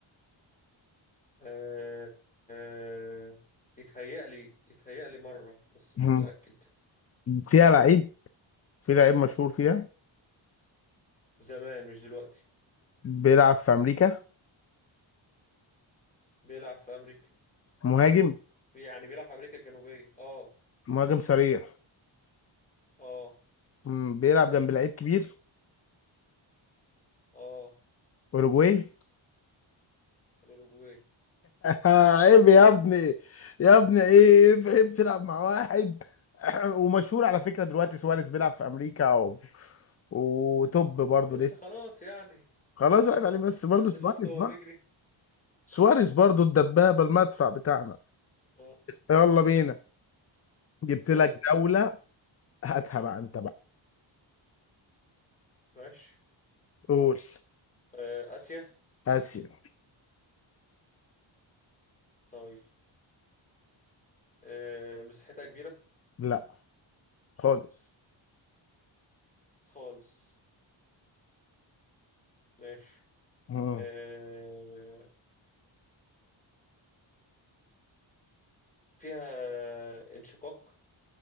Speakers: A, on the left; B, on the left.
A: آه، آه، يتهيألي يتهيألي مرة بس
B: مم.
A: مش متأكد
B: فيها لعيب في لعيب مشهور فيها
A: زمان مش دلوقتي
B: بيلعب في أمريكا
A: بيلعب في أمريكا
B: مهاجم
A: يعني بيلعب في أمريكا الجنوبية اه
B: مهاجم سريع
A: اه
B: مم، بيلعب جنب لعيب كبير
A: اه
B: أوروجواي <laughs>
A: الأوروجواي
B: عيب يا ابني يا ابني ايه عيب تلعب مع واحد <clears throat> ومشهور على فكرة دلوقتي سواريز بيلعب في أمريكا و... وتوب برضه
A: بس خلاص يعني
B: خلاص راحت عليه بس
A: ده
B: برضه
A: أنت
B: سواريز
A: شفت هو
B: بقى
A: بيجري
B: سواريز برضه الدبابة المدفع بتاعنا
A: اه
B: يلا بينا جبت
A: يلا
B: لك دولة هاتها بقى انت بقى
A: ماشي
B: قول
A: آه، آسيا
B: آسيا
A: طيب آه، مساحتها كبيرة
B: لا خالص
A: خالص ماشي
B: مم.
A: آه فيها انشقاق